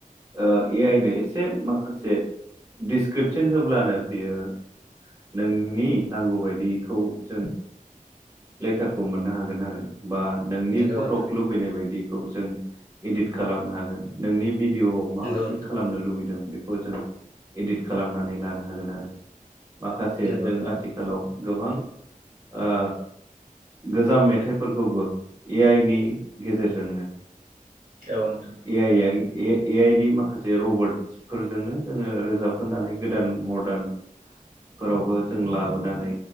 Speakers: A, on the right; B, on the right.
A: ओ ए आइ नो एसे मसे दिस इसक्रिपसन होब्लानो बियो नोंनि नांगौबायायदिखौ जों लेटारखौ मोननो हागोन आरो। बा नोंनि
B: नंगौ
A: फटख'
B: नोंथां
A: लुबैनाय बायदिखौ जों इदिट खालामनो हागोन नोंनि भिडिअ' माबायदि
B: नंगौ नोंथां
A: खालामनो लुबैदों बेखौ जों इडिट खालामनानै लानो हागोन आरो। माखासे
B: नंगौ
A: जों
B: नोंथां
A: आथिखालाव गोबां ओ गोजाम मेथाइफोरखौबो ए आइ नि गेजेरजोंनो
B: औ नोंथां
A: ए आइ ए आइ ए ए आइ नि माखासे रबटसफोरजोंनो जोङो रोजाबहोनानै गोदान मदारन फोरावबो जों लाबोनानै